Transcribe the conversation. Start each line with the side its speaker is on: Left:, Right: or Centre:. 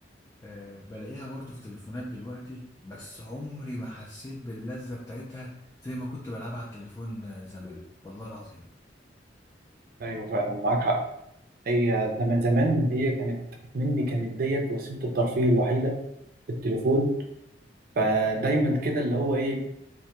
Left: آه، بلاقيها برضو في تليفونات دلوقتي بس عمري ما حسيت باللذة بتاعتها زي ما كنت بلعبها على التليفون آه، زمان والله العظيم
Right: ايوه فعلا معاك حق هي زمان زمان هي كانت مني كانت ديت وسيلة الترفيه الوحيدة في التليفون فدايما كده اللي هو ايه